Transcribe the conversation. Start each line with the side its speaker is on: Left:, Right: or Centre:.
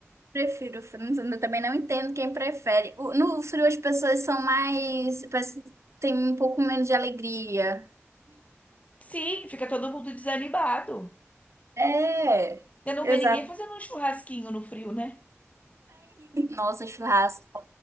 Right: Prefiro frio, mas eu também não entendo quem prefere. O- No frio as pessoas são mais, parece que tem um pouco menos de alegria.
Left: Sim, fica todo mundo desanimado.
Right: É,
Left: Você não
Right: exatamente.
Left: vê ninguém fazendo um churrasquinho no frio, né?
Right: Nossa, churrasco